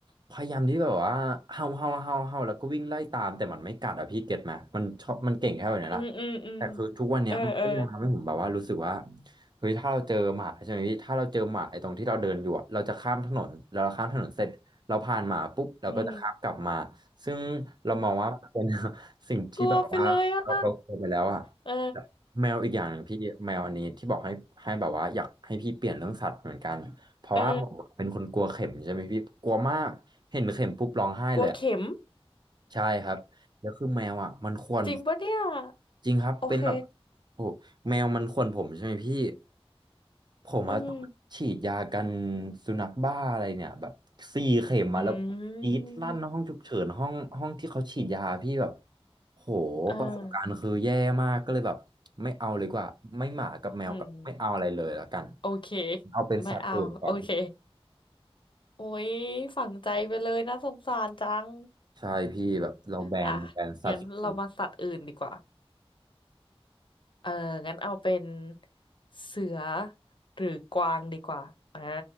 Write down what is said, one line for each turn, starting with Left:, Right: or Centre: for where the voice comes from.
Right: พยายามที่แบบว่าเฮาเฮาเฮาเฮาแล้วก็วิ่งไล่ตามแต่มันไม่กัดอะพี่เก็ตไหมมันชอบมันเก่งแค่แบบนี้ละ
Left: อืมอืมอืม
Right: แต่คือทุกวันเนี้ยมันก็ยังทำให้ผมแบบว่ารู้สึกว่า
Left: เออเออ
Right: เฮ้ยถ้าเราเจอหมาใช่ไหมพี่ถ้าเราเจอหมาไอ้ตรงที่เราเดินอยู่อะเราจะข้ามถนนแล้วเราข้ามถนนเสร็จเราผ่านหมาปุ๊บเราก็จะข้ามกลับมา
Left: อืม
Right: ซึ่งเรามองว่าเป็น <laughs> สิ่งที่แบบว่าเราเราเคยไปแล้วอะ
Left: กลัวไปเลยอ่ะเออ
Right: แมวอีกอย่างหนึ่งพี่แมวอันนี้ที่บอกให้ให้แบบว่าอยากให้พี่เปลี่ยนเรื่องสัตว์เหมือนกัน เพราะว่าผมเป็นคนกลัวเข็มใช่ไหมพี่กลัวมากเห็นเข็มปุ๊บร้องไห้เลยอะ
Left: เออกลัวเข็ม
Right: ใช่ครับแล้วคือแมวอ่ะมันข่วนผม
Left: จริงปะเนี่ย
Right: จริงครับเป็นแบบ
Left: โอเค
Right: โอ้โหแมวมันข่วนผมใช่ไหมพี่ผมอะต้องฉีดยากัน
Left: อืม
Right: สุนัขบ้าอะไรเนี่ยแบบสี่เข็มมาแล้วผมกรีดลั่นห้องฉุกเฉินห้องห้องที่เขาฉีดยาพี่แบบ
Left: อืม
Right: โห
Left: อ่า
Right: ประสบการณ์คือแย่มากก็เลยแบบไม่เอาเลยดีกว่าไม่หมากับแมวกับไม่เอาอะไรเลยละกัน
Left: อืมโอเค
Right: เอาเป็นสัตว์อื่นดีกว่า
Left: ไม่เอาโอเค โอ้ยฝังใจไปเลยนะสงสารจัง
Right: ใช่พี่แบบเราแบนแบนสัตว์ส่วน
Left: อ่ะงั้นเรามาสัตว์อื่นดีกว่าเอองั้นเอาเป็นเสือหรือกวางดีกว่าอ่า